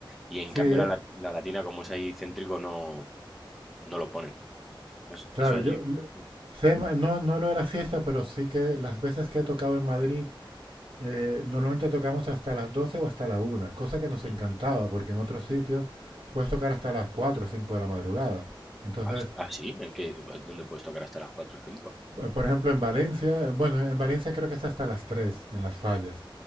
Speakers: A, in the centre; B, on the right (about 75°).
A: Y en
B: Sí,
A: cambio
B: eh,
A: la, la- la latina, como es ahí céntrico, no, no lo ponen. No es-
B: claro,
A: Eso allí...
B: yo l-
A: mm,
B: sé ma- no, no lo de la fiesta, pero sí que las veces que he tocado en Madrid, eh, normalmente tocamos hasta las 12 o hasta la una, cosa que nos
A: mm.
B: encantaba, porque en otros sitios puedes tocar hasta las 4 o 5 de la madrugada. Entonces,
A: ¿Ah, s- ah, sí? ¿En qué? ¿Dónde puedes tocar hasta las cuatro o cinco
B: eh, Por ejemplo, en Valencia, eh, bueno, en Valencia creo que es hasta las 3 en las fallas.